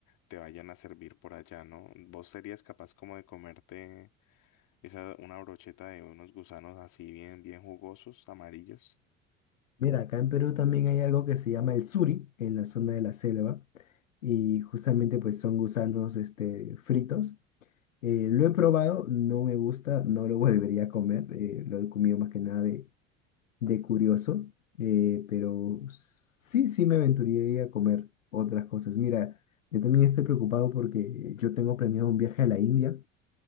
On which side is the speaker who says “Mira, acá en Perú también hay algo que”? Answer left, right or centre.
Left